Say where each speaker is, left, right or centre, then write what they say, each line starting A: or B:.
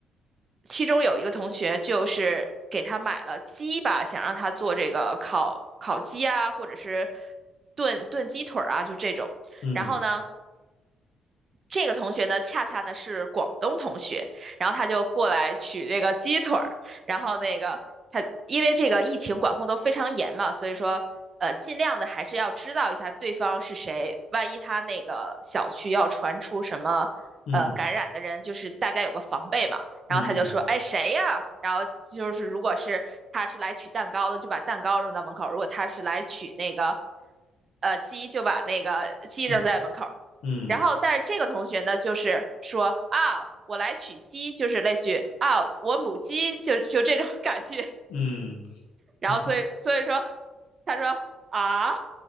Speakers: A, on the right; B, on the left.
A: 其中有一个同学就是给他买了鸡吧，想让他做这个烤烤鸡啊，或者是炖炖鸡腿儿啊，就这种。
B: 嗯
A: 然后呢，这个同学呢，恰恰呢是广东同学，然后他就过来取这个鸡腿儿，然后那个他因为这个疫情管控都非常严嘛，所以说呃尽量的还是要知道一下对方是谁，万一他那个小区要传出什么呃感染的人，
B: 嗯
A: 就是大家有个防备嘛。然后他就说，
B: 嗯嗯
A: 哎谁呀？然后就是如果是他是来取蛋糕的，就把蛋糕扔到门口；如果他是来取那个。呃，鸡就把那个鸡扔在门口，
B: 嗯嗯
A: 然后，但是这个同学呢，就是说啊，我来取鸡，就是类似于啊，我母鸡，就就这种感觉。
B: 嗯，
A: 然后所以所以说，
B: 嗯
A: 他说啊，